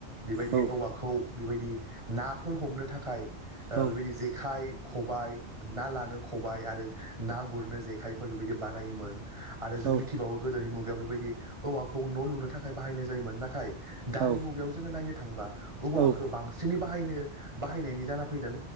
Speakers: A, on the right (about 25°); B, on the right (about 80°).
A: बेबायदि
B: औ
A: औवाखौ बेबायदि नाफोर हमनो थाखाय
B: औ
A: बेबायदि जेखाय खबाइ ना लानो खबाइ आरो ना गुरनो जेखाइफोर बेबायदि बानायोमोन आरो जों
B: औ
A: मिथिबावो गोदोनि मुगायाव बेबायदि औवाखौ न' लुनो थाखाय बाहायनाय जायोमोन नाथाय दानि
B: औ
A: मुगायाव जोङो नायनो थांबा औवाखौ
B: औ
A: बांसिनै बाहायनो बाहायनायनि जाना फैदों।